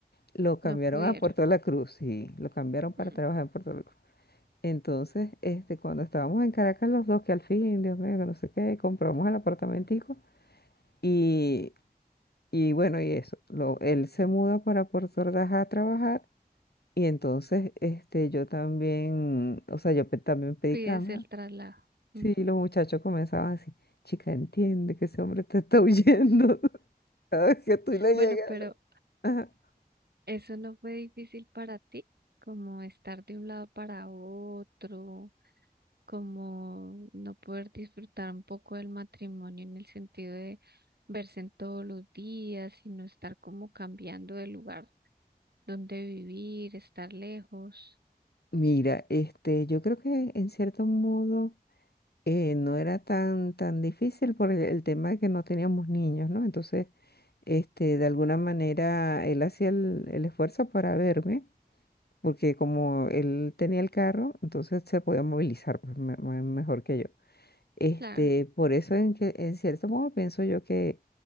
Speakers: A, on the left; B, on the right.
A: lo cambiaron
B: no pudieron.
A: a Puerto de la Cruz, y lo cambiaron para
B: Mm,
A: trabajar en Puerto de la Cruz. Entonces, este, cuando estábamos en Caracas los dos, que al fin, Dios mío, que no sé qué, compramos el apartamentico y, y bueno, y eso, lo, él se muda para Puerto Ordaz a trabajar y entonces, este, yo también, o sea, yo pe- también pedí
B: Pides
A: cambio.
B: el traslado.
A: Sí,
B: Ujú.
A: los muchachos comenzaban así, chica, entiende que ese hombre te está huyendo <laughs> cada vez que tú le
B: Bueno,
A: llegas.
B: pero
A: ¿no?". Ajá.
B: eso no fue difícil para ti, como estar de un lado para otro, como no poder disfrutar un poco del matrimonio en el sentido de verse en todos los días, sino estar como cambiando de lugar dónde vivir, estar lejos,
A: Mira, este, yo creo que en cierto modo eh, no era tan, tan difícil por el, el tema de que no teníamos niños, ¿no? Entonces, este, de alguna manera él hacía el, el esfuerzo para verme, porque como él tenía el carro, entonces se podía movilizar pues, me- me- mejor que yo. Este,
B: claro,
A: por eso en, que- en cierto modo pienso yo que,